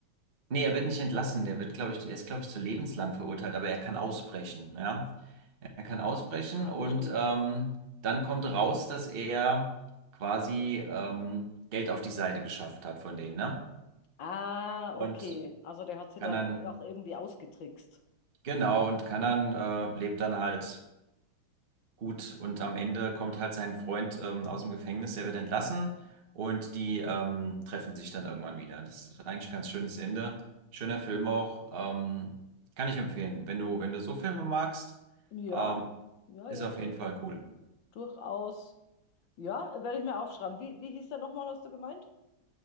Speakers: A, on the right (about 30°); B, on the left (about 70°).
A: nee, er wird nicht entlassen, der wird, glaube ich, der ist, glaube ich, zu lebenslang verurteilt, aber er kann ausbrechen, ja. Er kann ausbrechen
B: Ah,
A: und
B: verstehe.
A: ähm, dann kommt raus, dass er quasi ähm, Geld auf die Seite geschafft hat von denen, ne?
B: Ah,
A: Und
B: okay. Also der hat sie
A: kann
B: dann
A: dann,
B: auch irgendwie ausgetrickst.
A: genau, und kann dann, äh, lebt dann halt. Gut, und am Ende kommt halt sein Freund ähm, aus dem Gefängnis, der wird entlassen und die ähm, treffen sich dann irgendwann wieder. Das ist eigentlich ein ganz schönes Ende. Schöner Film auch. Ähm, kann ich empfehlen. Wenn du, wenn du so Filme magst,
B: Ja,
A: ähm,
B: ja,
A: ist
B: ja,
A: auf
B: doch,
A: jeden Fall cool.
B: durchaus. Ja, werde ich mir aufschreiben. Wie, wie hieß der nochmal, hast du gemeint?